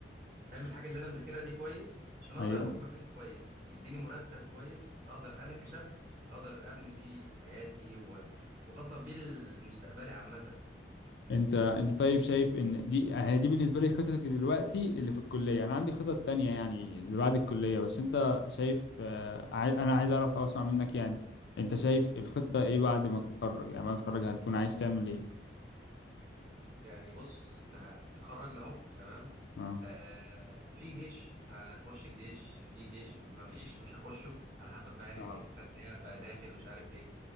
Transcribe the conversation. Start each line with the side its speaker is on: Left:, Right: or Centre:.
Right: فاهم الحاجة اللي انا مذاكرها دي كويس عشان اقدر
Left: ايوه
Right: اروح مكان كويس يديني مرتب كويس اقدر انا كشاب اقدر ابني بيه حياتي و... واخطط بيه لمستقبلي عامة
Left: انت انت طيب شايف ان دي هي دي بالنسبه لي خطتي دلوقتي اللي في الكليه انا عندي خطط تانية يعني اللي بعد الكليه بس انت شايف آه، عاي- انا عايز اعرف او اسمع منك يعني انت شايف الخطه ايه بعد ما تتخرج يعني بعد ما تتخرج هتكون عايز تعمل ايه
Right: يعني بص احنا اتخرجنا اهو تمام
Left: اه
Right: آه في جيش هتخش الجيش في جيش ما فيش مش هخشه على حسب بقى يعني
Left: اه
Right: خدت ايه فداخل مش عارف ايه